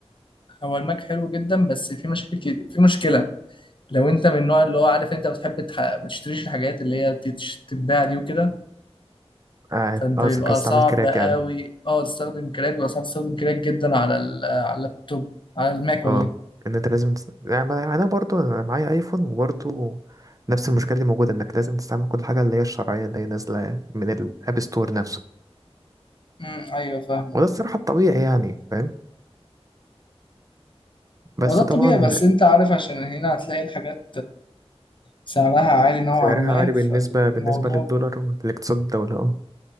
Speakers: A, on the left; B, on the right.
A: هو الماك حلو جدا بس في مشاكل كت- في مشكلة لو انت من النوع اللي هو عارف انت بتحب تح... ما تشتريش الحاجات اللي هي بتتش- بتتباع دي وكده
B: اه
A: فانت
B: آه، قصدك
A: بيبقى
B: هستعمل
A: صعب
B: كراك
A: قوي
B: يعني
A: اه تستخدم كراك بيبقى صعب تستخدم كراك جدا على ال... على اللابتوب على الماك
B: اه
A: ولا ايه
B: ان انت لازم تس... يعني ما- انا برضو انا معايا ايفون وبرضو نفس المشكله دي موجوده انك لازم تستعمل كل حاجه اللي هي الشرعيه اللي هي نازله من الاب ستور نفسه
A: امم ايوه فاهمه
B: وده الصراحه الطبيعي يعني فاهم بس
A: هو ده الطبيعي
B: طبعا
A: بس انت عارف عشان هنا هتلاقي الحاجات سعرها عالي نوعا
B: سعرها
A: ما
B: عالي بالنسبه
A: فالموضوع
B: بالنسبه للدولار والاقتصاد الدوله اه